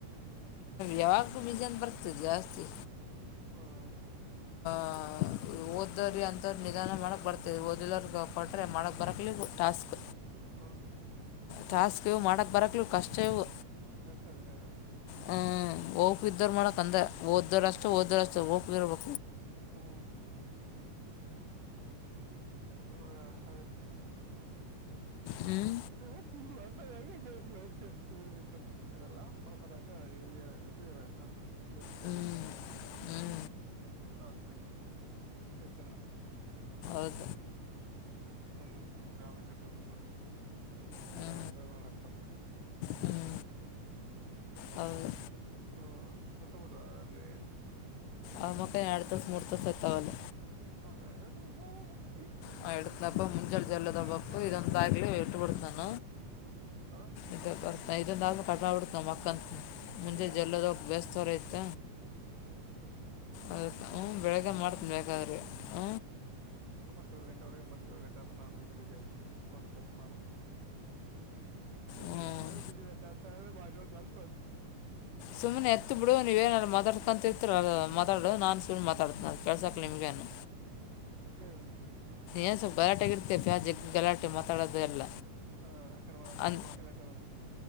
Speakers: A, on the left; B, on the right.
A: ಯಾವಾಗ ಬೀಜನ್ ಬರ್ತದೆ ಜಾಸ್ತಿ
B: ಹೌದಾ
A: ಹಾ ಓದವ್ರಿ ಅಂತವ್ರ ನಿಧಾನ ಮಾಡಕ್ ಬರ್ತೇ ಓದಿಲ್ಲೋ ಕೊಟ್ರೆ ಮಾಡಕ್ ಬರಕ್ಲಿ ಟಾಸ್ಕ್
B: ಹ್ಮ
A: ಟಾಸ್ಕ್ ಇವು ಮಾಡೋಕ್ಕೆ ಬರಕ್ಲೂ ಕಷ್ಟ ಇವು
B: ಎಷ್ಟಂದಯ
A: ಹ್ಮ್ ಓಪ ಇದ್ದರು ಮಾಡಾಕ್ ಅಂದ್ರೆ ಓದೋರು ಅಷ್ಟೇ ಓದೋರು ಅಷ್ಟ ಹಓೋಗ ಇದರ ಬ
B: ಹ್ಮ್ ಹ್ಮ ಹ ಹ
A: ಹ್ಮ್
B: ಹ ಮಾತಾಡಕ ಬೇ ಅಷ್ಟೇ ನೀ ನಿನ್ಪಟ್ಟಿದ್ರಲ್ಲ ಮಾತಾಡಕ ಇ ಅಲ್ಲಾಕ್ಕ ಬಸ್ಸಲ್ಲಿ
A: ಹ್ಞೂ ಹ್ಞೂ
B: ಹ ಅದ ಕ ಕೆಟ್ಟಲ್ಲ
A: ಹದ
B: ಹ್ಮ್ ನ ಸ್ವಲ್ಪ ಯಾವ ಕನ್ನ ಬಂದೆ ಮತ್ತೆ
A: ಹ್ಞೂ
B: ಯಾದ ಮಾಡಕ್ ಬತ ಹ್ಮ್
A: ಹ್ಞೂ ಹೌದು
B: ಹ್ಮ್ ಮಕ್ಕ ಬಿಟ್ರ ಅದನ್ೀ
A: ಅವ ಮಕ್ಕ ಎರಡು ತಸ ಮೂಡ್ ತಿವಸ ಆತಾವಲ್ಲ
B: ಹ
A: ಹ್ಮ ಇಡ್ತಪ್ಪ ಮುಂಜಳೆ ಜಲ್ಲದ ಬಪ್ಪ
B: ಐತೆ
A: ಇದಂತ
B: ಅವ್ರ ಎಷ್ಟು
A: ಆಾಗಲಿ
B: ಮುಖಬೇಕು
A: ಇಟ್ಟು ಬಿಡ್ತಾನ
B: ಹ
A: ಇ ಇದೊಂದುಾದೂ ಕಟ್ ಮಾಡ ಬಿಿಡ್ತ ಮಕ್ಕಂತ ಮುಂಜೆ
B: ಆಗ
A: ಜಲ್ಲದೋಗಿ ಬೇಸ್ವರ ಇತ್ತ
B: ಹ್ಮ್
A: ಅದ ಹ ಬೆಳಗ್ಗೆ ಮಾಡ್ತನ ಬೇಕಾದ್ರಿ ಹ
B: ಇತ್ತೇಳು ಗಂಟೆ ಒಳಗೆ ಮತ್ತೇಳು ಗಂಟೆ ಆದ್ರ ನಾು ಗಊಟೆ ಬಿಜಗ್ ಮಾಡ ಬ
A: ಹ್ಞೂ
B: ನಲ್ಲ ಬ ಬುಜ ಬಾಜ ಬತ
A: ಸುಮ್ಮನೆ ಎತ್ತು ಬಿಡ ನೀವೇನರ ಮದರತಂತ. ಮಾತಾಡೋದು ನಾನು ಸುಳ್ಳ ಮಾತಾಡ್ತೇನೆ ಅದು ಕೆಲ್ಸಕ ನಿಮಗೆ ಅನು.
B: ಹೇಳ.
A: ನ ಸ್ವಲ್ ಗಲಾಟೆ ಇರ್ತೇ ಪಾಜ ಗಲಾಟೆ ಮಾತಾಡೋದು ಎಲ್ಲ.
B: ಹಾ ಅಡೆ ಮಾಡ
A: ಅನ್
B: ಅಕ್ಕಡೆ ಕಲಸರ